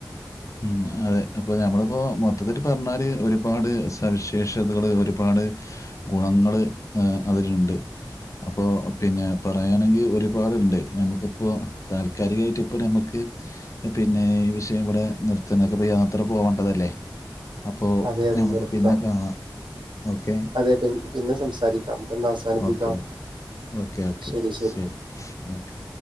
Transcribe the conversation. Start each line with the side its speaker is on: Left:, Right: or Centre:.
Left: ഉം അതെ അപ്പോ ഞമ്മള്പ്പോ മൊത്തത്തില് പർഞ്ഞാല് ഒരുപാട് സവിശേഷതകള് ഒരുപാട് ഗുണങ്ങള് ആ അതില്ണ്ട്. അപ്പോ പിന്നെ പറയാണെങ്കി ഒരുപാട്ണ്ട് നമുക്ക്പ്പോ താൽക്കാലികായിട്ട് ഇപ്പോ നമ്മുക്ക് പിന്നെ ഈ വിഷയം ഇവടെ നിർത്താ ങ്ങക്ക്പ്പോ യാത്ര പോവണ്ടതല്ലേ. അപ്പോ
Right: അതെ അതെ
Left: ഞമ്മക്ക്
Right: നിർത്താം
Left: പിന്നെ കാണാം ഓക്കെ.
Right: അതെ പി പിന്നെ സംസാരിക്കാം നമുക്കെന്നാ അവസാനിപ്പിക്കാം
Left: ഓക്കെ. ഓക്കെ. ഓക്കെ.
Right: ശെരി ശെരി.
Left: ശരി. ഓക്കെ.